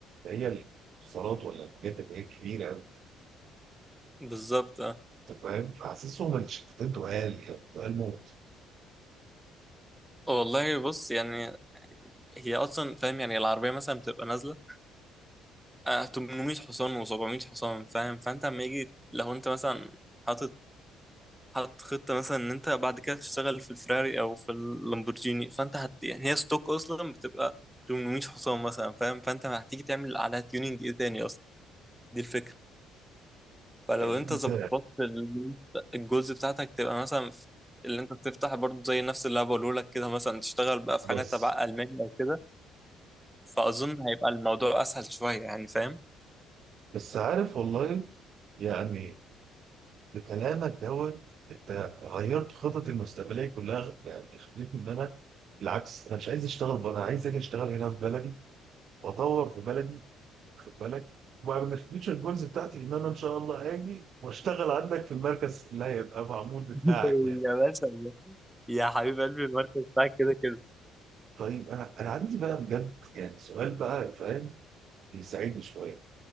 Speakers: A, on the right; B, in the centre.
A: هي الاتصالات ولا الحاجات اللي هي الكبيره أوي،
B: بالظبط اه
A: انت فاهم؟ فحاسسهم الشفتين تقال يعني تقال موت
B: أه والله بص يعني هي اصلا فاهم يعني العربية مثلا بتبقى نازلة آه، 800 حصان و700 حصان فاهم فانت اما يجي لو انت مثلا حاطط حاطط خطة مثلا ان انت بعد كده تشتغل في الفراري او في اللامبورجيني فانت هت يعني هي ستوك اصلا بتبقى 800 حصان مثلا فاهم فانت هتيجي تعمل عليها تيوننج ايه تاني اصلا دي الفكرة فلو
A: طيب
B: انت
A: انت
B: ظبطت ال- الجزء بتاعتك تبقى مثلا في- اللي انت بتفتح برضه زي نفس اللي انا بقوله لك كده مثلا تشتغل بقى في
A: بس
B: حاجه تبع المانيا او كده فاظن هيبقى الموضوع اسهل شويه يعني فاهم
A: بس عارف والله يعني بكلامك دوت انت غيرت خططي المستقبليه كلها يعني خليتني ان انا بالعكس انا مش عايز اشتغل بره انا عايز اجي اشتغل هنا في بلدي واطور في بلدي واخد بالك ومن الفيوتشر جولز بتاعتي ان انا ان شاء الله هاجي واشتغل عندك في المركز اللي هيبقى معمول بتاعك
B: <laughs>
A: يعني
B: يا باشا يا حبيب قلبي المركز بتاعك كده كده
A: طيب انا انا عندي بقى بجد يعني سؤال بقى فاهم يساعدني شويه